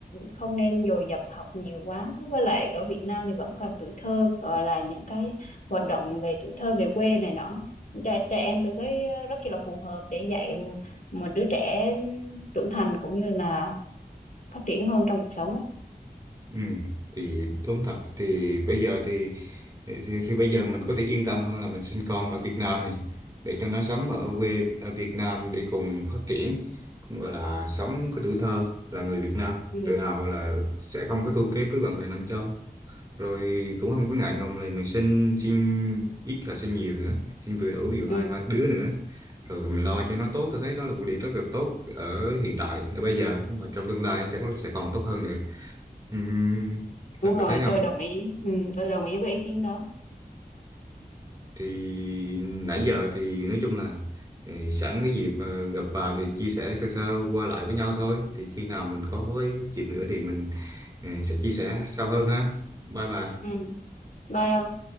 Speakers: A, on the left (about 55°); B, on the right (about 25°).
A: không nên dồn dập học nhiều quá với lại ở Việt Nam thì vẫn còn tuổi thơ gọi là những cái hoạt động về tuổi thơ về quê này nọ trẻ, trẻ em tôi thấy rất là phù hợp để dạy một đứa trẻ trưởng thành cũng như là phát triển hơn trong cuộc sống ấy
B: Ừ, thì đúng thật thì bây giờ thì thì, thì thì bây giờ mình có thể yên tâm hơn là mình sinh con ở Việt Nam này để cho nó sống ở quê ở Việt Nam để cùng phát triển cũng gọi là sống cái tuổi thơ là người Việt Nam
A: ừ,
B: tự hào là sẽ không có thua kém với bạn bè nam châu rồi cũng không có ngại ngùng là mình sinh sinh ít là sinh nhiều nữa sinh vừa đủ ví dụ
A: ừ,
B: hai ba đứa nữa rồi mình lo cho nó tốt tôi thấy đó là một điều rất là tốt ở hiện tại ở bây giờ mà trong tương lai chắc nó sẽ còn tốt hơn nữa Ừm, thật
A: đúng
B: bà
A: rồi
B: thấy không
A: tôi đồng ý ừ, tôi đồng ý với ý kiến đó
B: thì nãy giờ thì nói chung là thì sẵn cái dịp ờ, gặp bà thì chia sẻ sơ sơ qua lại với nhau thôi thì khi nào mình có cái dịp nữa thì mình ừ, sẽ chia sẻ sâu hơn ha bye bà
A: ừ. bye ông